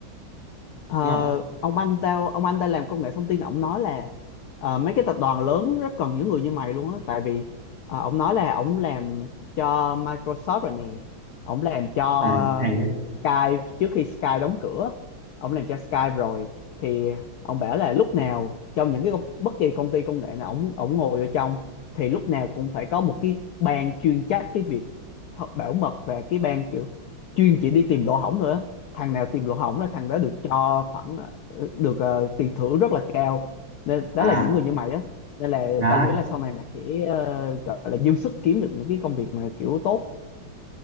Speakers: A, on the left (about 70°); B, on the right (about 30°).
A: Ờ,
B: đúng không
A: ông anh tao ông anh tao làm công nghệ thông tin ông nói là ờ, mấy cái tập đoàn lớn rất cần những người như mày luôn á tại vì ờ, ông nói là ông làm cho Microsoft rồi nè ông làm cho
B: Ờ,
A: ờ,
B: hay đó
A: Skype trước khi Skype đóng cửa ông làm cho Skype rồi thì ông bảo là lúc nào trong những cái công- bất kỳ công ty công nghệ nào ông ông ngồi ở trong thì lúc nào cũng phải có một cái ban chuyên trách cái việc thật bảo mật và cái ban kiểu chuyên chỉ đi tìm lỗ hổng thôi á thằng nào tìm lỗ hổng là thằng đó được cho khoảng ờ, được ờ, tiền thưởng rất là cao nên đó
B: à
A: là những người như mày á nên là
B: đó
A: tao nghĩ là sau này mày sẽ ờ, gọi là dư sức kiếm được những cái công việc mà kiểu tốt